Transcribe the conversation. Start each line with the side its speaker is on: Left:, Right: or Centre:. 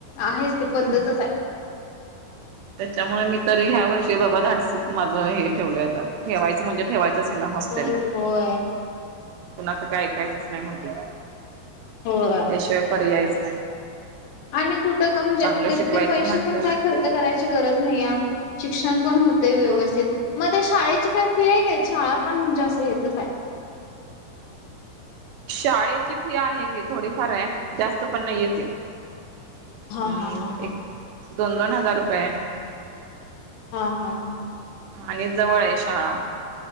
Left: आहेच
Right: होयच
Left: ती पद्धतच
Right: की मग.
Left: आहे.
Right: त्याच्यामुळे मी तर ह्या वर्षी बाबा धाडसच माझं हे ठेवल आहे ठेवायचं म्हणजे. ठेवायचच आहे ना हॉस्टेलला
Left: होय की होय
Right: कुणाच काय ऐकायचंच नाही म्हंटलं.
Left: होय.
Right: त्याशिवाय पर्यायच नाही.
Left: आणि कुठं का म्हणजे
Right: चांगलं
Left: तितके
Right: शिकवायचं
Left: पैसे
Right: म्हटल्यावर
Left: पण काय खर्च करायची गरज नाही आहे शिक्षण पण होत. व्यवस्थित
Right: होय.
Left: मग ते शाळेची काय फी आहे काय शाळा पण म्हणजे असं येतच आहे.
Right: शाळेची फी आहे की थोडीफार आहे. जास्त पण नाही येते
Left: हा
Right: हम्
Left: हा हा हा
Right: एक दोन दोन हजार रुपये.
Left: हा हा हा..
Right: आणि जवळ आहे शाळा.